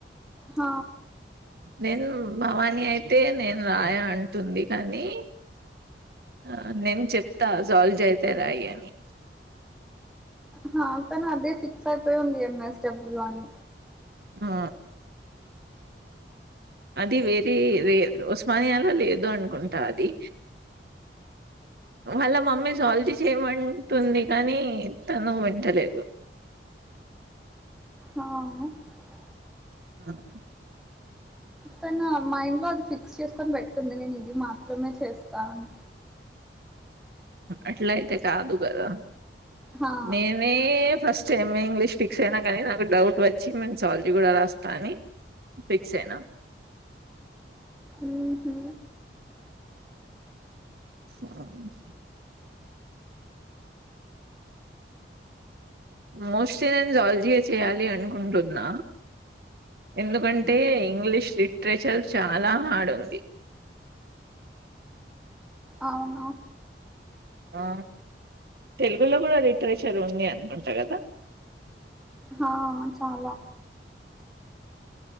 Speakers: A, in the centre; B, on the right.
A: హ
B: నేన్ భవానీ అయితే నేన్ రాయ అంటుంది కనీ ఆ నేన్ చెప్తా జూలాజి అయితే రాయి అని
A: హా తను అదే ఫిక్స్యైపోయి ఉంది ఎంఎస్ డబ్ల్యూ అని
B: ఆ.. అది వేరి వేర్ ఉస్మానియాల లేదు అనుకుంటా అది వాళ్ళ మమ్మీ జూలాజి చేయి మంటుంది కనీ తను వింటలేదు.
A: ఆ....
B: హ్ హ్ అహ్
A: తన మైండ్లో అది ఫిక్స్ చేస్కొని పెట్టుంది నేన్ ఇది మాత్రమే చేస్తా అని
B: అట్లైతే కాదు గదా
A: హా
B: మేమే ఫస్ సే ఎంఏ ఇంగ్లీష్ ఫిక్స్ అయినం గనీ నాకు డౌట్ వచ్చి మేమ్ జూలాజి గుడ రాస్తా అని ఫిక్సయిన.
A: మ్ హ్
B: ఆహ్ మోస్ట్లీ నేను జూలాజియే చేయాలి అనుకుంటున్నా. ఎందుకంటే ఇంగ్లీష్ లిట్రేచర్ చాలా హాడ్ అది.
A: అవునా
B: ఆ తెలుగులో గుడ లిట్రేచర్ ఉంది అనుకుంటా గదా
A: హా చాలా